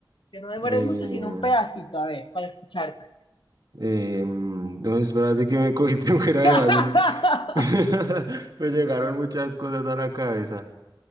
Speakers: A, on the left (about 85°); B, on the right (about 55°).
A: Que no demores
B: eh,
A: mucho, sino un pedacito, a ver, para escucharte.
B: Eh, no, espérate que me cogiste <laughs> fuera de
A: <laughs>
B: base. <laughs> Me llegaron muchas cosas a la cabeza.